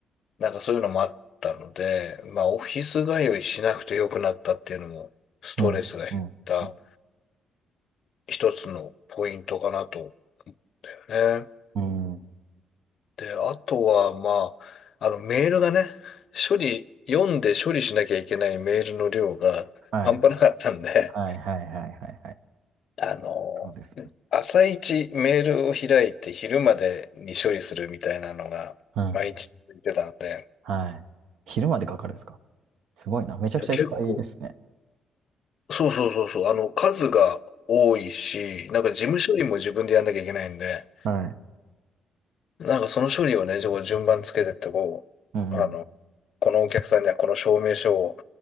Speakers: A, on the left; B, on the right.
A: なんかそういうのもあったので、まあオフィス通いしなくてよくなったっていうのも、ストレスが減った
B: うん。うんう
A: 一つのポイントかなと思ってね。
B: んうん
A: で、あとは、まあ、あの、メールがね、処理、読んで処理しなきゃいけないメールの量が半端なかったんで、
B: はい。はいはいはいはいはい。
A: あの、
B: そうですね。
A: 朝一メールを開いて昼までに処理するみたいなのが、
B: うん。
A: 毎日言ってたので、
B: はい。昼までかかるんですかすごいな。めちゃくちゃいっぱいですね。
A: いや、結構、そうそうそうそう、あの、数が多いし、なんか事務処理も自分でやんなきゃいけないんで、
B: はい。
A: なんかその処理をね、こう順番つけてってこう、
B: うんうん。
A: あの、このお客さんにはこの証明書を